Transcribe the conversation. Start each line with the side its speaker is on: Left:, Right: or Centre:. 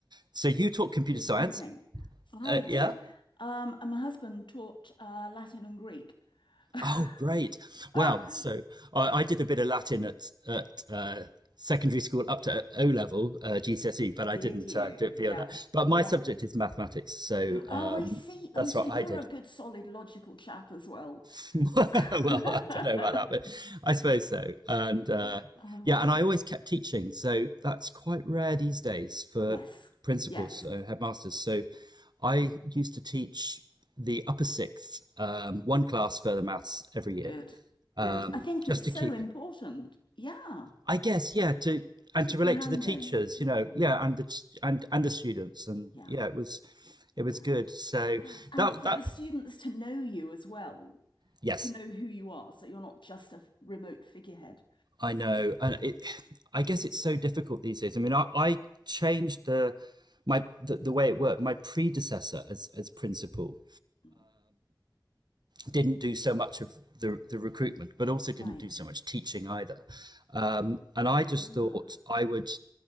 Right: So you taught computer
Left: Good
Right: science,
Left: thinking. I
Right: uh,
Left: did.
Right: yeah?
Left: Um, and my husband taught uh, Latin and Greek. <laughs>
Right: Oh, great. Well, so I, I did a bit of Latin at at uh, secondary school up to O level uh, GCSE, but I
Left: Did
Right: didn't
Left: you?
Right: uh, do it beyond
Left: Yeah,
Right: that. But my
Left: yeah.
Right: subject is mathematics, so
Left: Oh,
Right: um,
Left: I see.
Right: that's
Left: Oh, so
Right: what
Left: you're
Right: I did.
Left: a good, solid, logical chap as well.
Right: <laughs>
Left: <laughs>
Right: well, I don't know about that, but I suppose so. And uh,
Left: Um,
Right: yeah, and I always kept teaching, so that's quite rare these days for
Left: yes,
Right: principals,
Left: yes,
Right: uh, headmasters. So I used to teach the upper sixth, um, one class further maths every year
Left: good,
Right: um,
Left: good. I think
Right: just
Left: it's
Right: to
Left: so
Right: keep
Left: important.
Right: it.
Left: Yeah,
Right: I guess, yeah, to and
Left: keep
Right: to relate
Left: your hand
Right: to the teachers,
Left: in.
Right: you know, yeah, and the, and and the students, and
Left: Yeah,
Right: yeah, it was it was
Left: yeah.
Right: good. So
Left: And
Right: that
Left: for
Right: that
Left: the students to know you as well,
Right: yes,
Left: to know who you are, so you're not just a f- remote figurehead.
Right: I know, and it, I guess it's so difficult these days. I mean, I, I changed the my the, the way it worked. My predecessor as as principal
Left: Mm,
Right: didn't do so much of the the recruitment, but also didn't
Left: Right.
Right: do so much teaching either. Um, and I
Left: Ah.
Right: just thought I would